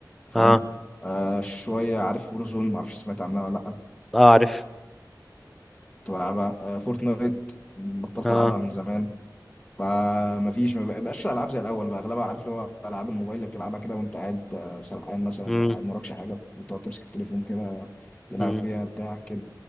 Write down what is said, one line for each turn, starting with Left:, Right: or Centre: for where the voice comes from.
Left: فاهم
Centre: اه
Left: آه شوية عارف وورزون معرفش سمعت عنها ولا لأ
Centre: اه عارف
Left: كنت بلعبها آه فورتنايت بطلت
Centre: اه
Left: ألعبها من زمان فمفيش ما بقاش الألعاب زي الأول بقى أغلبها عارف اللي هو ألعاب الموبايل اللي بتلعبها كده وأنت قاعد آه، سرحان مثلا
Centre: امم
Left: قاعد مراكش حاجة بتقعد تمسك التليفون كده تلعب
Centre: امم
Left: فيها بتاع كده